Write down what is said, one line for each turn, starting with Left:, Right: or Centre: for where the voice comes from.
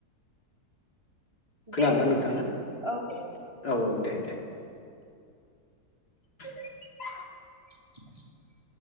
Left: खोनादोंना
Right: दे बिदिबला
Left: नोंथाङा?
Right: औ दे।
Left: औ औ दे दे <unintelligible>
Right: <unintelligible>